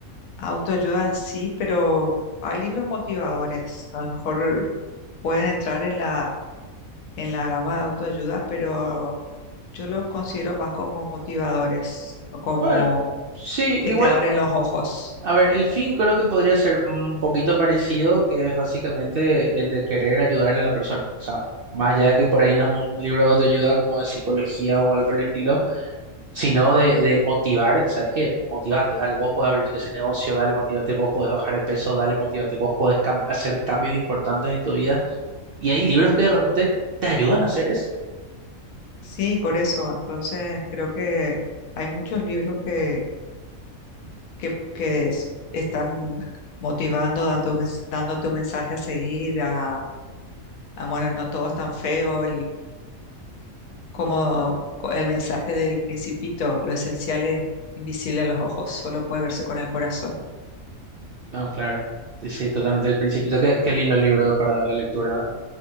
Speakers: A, on the left (about 80°); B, on the right (about 65°).
A: autoayuda en sí, pero hay libros motivadores. A lo mejor pueden entrar en la, en la gama de autoayuda, pero yo los considero más como motivadores o como
B: Bueno, Sí,
A: que
B: igual,
A: te abren los ojos.
B: a ver, el fin creo que podría ser un poquito parecido, que es básicamente el de querer ayudarle a la persona. O sea, más allá de que por ahí no es un libro de autoayuda como de psicología o algo por el estilo, sino de, de motivar, ¿sabes qué? Motivate, dale, vos podés abrir ese negocio, dale, motivate, vos podés bajar de peso, dale, motivate, vos podés cam- hacer cambios importantes en tu vida. Y hay libros que de repente te ayudan a hacer eso.
A: Sí, por eso. Entonces creo que hay muchos libros que, que, que es- están motivando, dando, dándote un mensaje a seguir, a, a, bueno, no todo es tan feo. Como co- el mensaje del Principito, lo esencial es invisible a los ojos, solo puede verse con el corazón.
B: No, claro. Sí, sí, totalmente. El Principito, qué, qué lindo libro para la lectura.